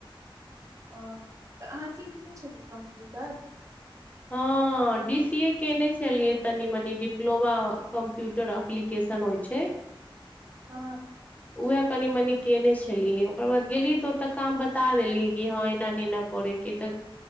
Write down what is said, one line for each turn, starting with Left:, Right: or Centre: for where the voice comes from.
Right: ओ तऽ अहाँ सिखने छलियै कंप्यूटर
Left: हँ हां डी सी ए केने छलियै तनि मनी डिप्लोमा कम्प्यूटर एप्लिकेशन होइ छै
Right: हँ
Left: उह कनि मनी केने छै ओकर बाद गेली तऽ ओतऽ काम बता देली कि ह एना नहि एना करेके तऽ